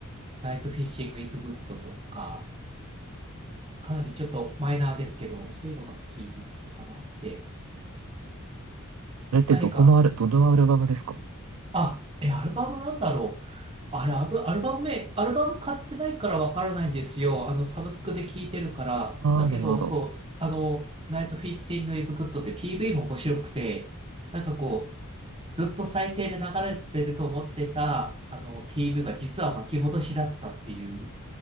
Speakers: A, on the right; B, on the right.
A: ナイトフィッシングイズグッドとか、かなりちょっとマイナーですけど、そういうのが好きだったかなって。
B: それってどこのある、
A: 何か
B: どのアルバムですか
A: あ、え、アルバムなんだろう。あれ、アブアルバム名、アルバム買ってないからわからないんですよ。あの、サブスクで聴いてるから。
B: ああー、
A: だけど、
B: なるほど。
A: そう、あの、ナイトフィーチングイズグッドって PV も面白くて、なんかこう、ずっと再生で流れてると思ってた、あの、PV が実は巻き戻しだったっていう、